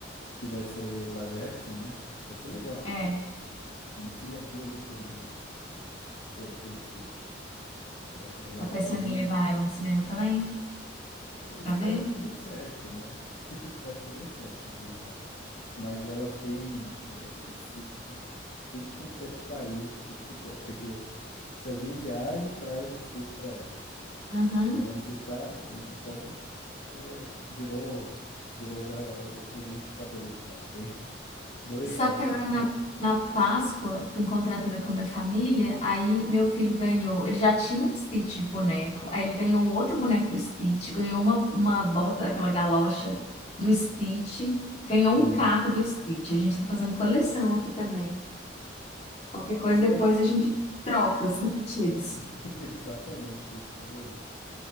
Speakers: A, on the left; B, on the left.
A: que vai sair o live action, né? Esse vai ser legal.
B: É,
A: A minha filha é doida por ler Stitch. Por, pelo Stitch. É, ela
B: tá pensando
A: tem.
B: em levar ela no cinema também?
A: eu espero
B: Pra ver?
A: que dê certo, né? <laughs> Eu espero que dê certo de levar. Mas ela tem é, Stitch de tudo quanto é país, de tudo quanto é. Porque se alguém viaja, traz um Stitch para ela.
B: Aham.
A: Né? Se tá. Então, é, virou virou já o presente favorito dela. Tem dois
B: Só
A: quartos
B: que agora
A: só com.
B: na, na Páscoa, fui encontrar também com a minha família, aí meu filho ganhou, ele já tinha um Stitch de boneco, aí ele ganhou um outro boneco do Stitch, ganhou uma, uma bota daquela galocha do Stitch, ganhou
A: Uhum.
B: um carro do Stitch. A gente tá fazendo coleção aqui também. Qualquer coisa,
A: <laughs>
B: depois
A: E é,
B: a gente troca os repetidos.
A: <laughs> Exatamente, tem que fazer isso.